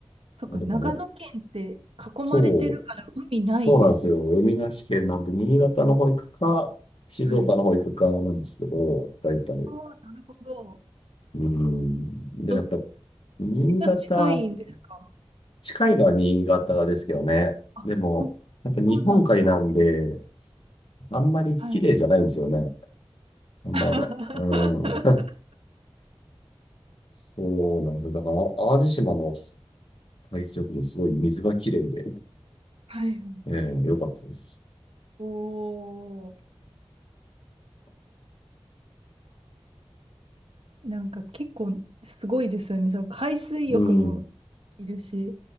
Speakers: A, on the right; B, on the left.
A: そっか、
B: まあでも、
A: 長野県って囲まれてるから海ないですよ。
B: そうそうなんですよ。海なし県なんで、新潟の方行くか、静岡の方行くかなんですけど、
A: はい。
B: 大体。
A: ああ、なるほど。
B: うん。で、
A: どっ
B: やっぱ、新潟、
A: ちが近いんですか
B: 近いのは新潟ですけどね。
A: あ、
B: でも、やっぱ日本海なんで、
A: そうなんですね。
B: あんまり綺麗じゃないんですよね。
A: はい。
B: まだ。
A: <laughs>
B: うん。そうなんですよ。だから、淡路島の海水浴場、すごい水が綺麗で、
A: はいはい。
B: ええ良かったです。
A: おお。なんか結構すごいですよね。その海水浴も
B: うん。
A: いるし、